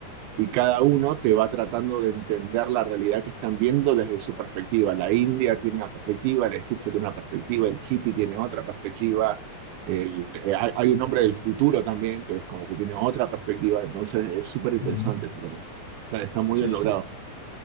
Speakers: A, on the right; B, on the left.
A: y cada uno te va tratando de entender la realidad que están viendo desde su perspectiva. La india tiene una perspectiva, el egipcio tiene una perspectiva, el hippie tiene otra perspectiva. el- eh, hay, hay un hombre del futuro también que es como que tiene otra perspectiva, entonces es súper interesante
B: mm,
A: eso también. Está, está muy
B: sí,
A: bien
B: sí,
A: logrado.